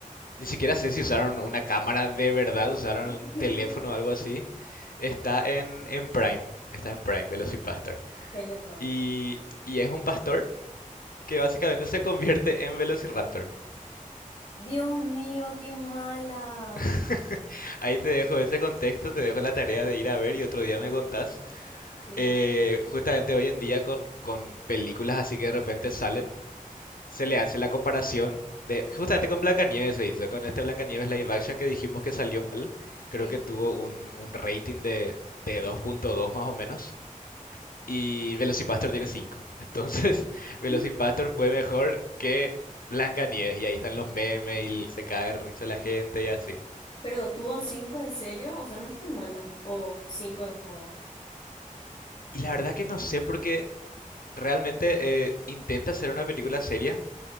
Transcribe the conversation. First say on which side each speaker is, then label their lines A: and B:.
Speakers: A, on the left; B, on the left.
A: ni siquiera sé si usaron una cámara de verdad, usaron
B: <laughs>
A: un teléfono o algo así. Está en, en Prime, está en Prime, Velocipastor.
B: tengo prom.
A: Y, y es un pastor que
B: Sí,
A: básicamente se convierte en Velociraptor.
B: Dios mío, qué mala.
A: <laughs> Ahí te dejo ese contexto, te dejo la tarea de ir a ver y otro día me contás.
B: sí,
A: Eh, justamente hoy en día con, con películas así que de repente salen, se le hace la comparación de, justamente con Blancanieves se hizo, con este Blancanieves live action que dijimos que salió mal, creo
B: sí,
A: que tuvo un, un rating de, de 2.2 más o menos, y Velocipastor tiene cinco Entonces, <laughs> Velocipastor
B: ¿Qué?
A: fue mejor que Blancanieves, y ahí están los memes, y se cae de risa la gente y así.
B: Pero tuvo un 5 en serio, o sea, no es tan mala. O cinco en joda.
A: Y la verdad que no sé porque realmente eh, intenta hacer una película seria,